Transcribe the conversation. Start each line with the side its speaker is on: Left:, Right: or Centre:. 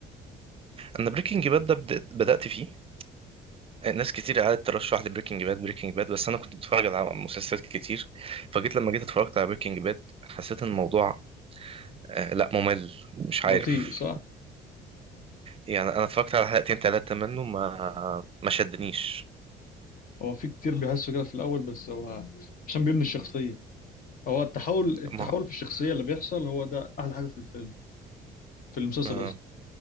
Right: انا بريكنج باد ده بدأت, بدأت فيه ناس كتير قعدت ترشح لي بريكنج باد بريكنج باد بس انا كنت بتفرج على مسلسلات كتير فجيت لما جيت اتفرجت على بريكنج باد حسيت ان الموضوع آه، لا ممل مش
Left: بطيء
Right: عارف
Left: صح؟
Right: يعني انا اتفرجت على حلقتين ثلاثه منه ما ما شدنيش
Left: هو في كتير بيحسوا كده في الأول بس هو عشان بيبني الشخصية هو التحول التحول
Right: ما
Left: في الشخصية اللي بيحصل هو ده أحلى حاجة في الفيلم في المسلسل
Right: اه
Left: قصدي